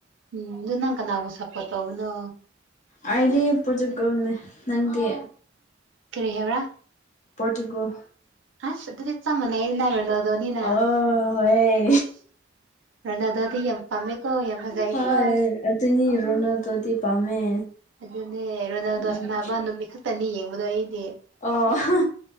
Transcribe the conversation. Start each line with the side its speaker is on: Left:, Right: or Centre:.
Right: ꯎꯝ ꯑꯗꯨ ꯅꯪ ꯀꯅꯥꯕꯨ ꯁꯞꯄꯣꯠ ꯇꯧꯕꯅꯣ
Left: ꯑꯩꯗꯤ ꯄꯣꯔꯇꯨꯒꯜꯅꯦ ꯅꯪꯗꯤ
Right: ꯀꯔꯤ ꯍꯥꯏꯕ꯭ꯔꯥ
Left: ꯄꯣꯔꯇꯨꯒꯜ
Right: ꯑꯁ ꯑꯗꯨꯗꯤ ꯆꯞ ꯃꯥꯟꯅꯩ ꯅ ꯔꯣꯅꯥꯜꯗꯣꯅꯤꯅꯥ
Left: ꯑꯣ ꯍꯣꯏ
Right: ꯑꯩꯁ ꯔꯣꯅꯥꯜꯗꯣꯗꯤ ꯌꯥꯝ ꯄꯥꯝꯃꯦꯀꯣ ꯌꯥꯝ ꯐꯖꯩꯀꯣ
Left: ꯍꯣꯏ ꯑꯗꯨꯅꯤ ꯔꯣꯅꯥꯜꯗꯣꯗꯤ ꯄꯥꯝꯃꯦ
Right: ꯑꯗꯨꯅꯦ ꯔꯣꯅꯥꯜꯗꯣ
Left: ꯎꯝ
Right: ꯁꯥꯟꯅꯕ ꯅꯨꯃꯤꯠ ꯈꯠꯇꯅꯤ ꯌꯦꯡꯕꯗꯣ ꯑꯩꯗꯤ
Left: ꯑꯣ ꯍ